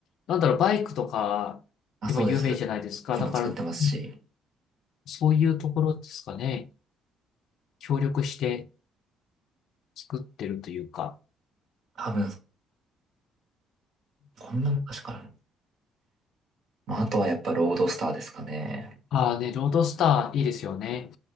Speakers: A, on the left (about 70°); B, on the right (about 65°).
A: なんだろう、バイクとかでも有名じゃないですか。
B: あ、そうです。機も作ってますし、
A: だから、うんそういうところですかね。協力して作ってるというか。
B: 多分、こんな昔から。まあ、あとはやっぱロードスターですかね。
A: ああね、ロードスターいいですよね。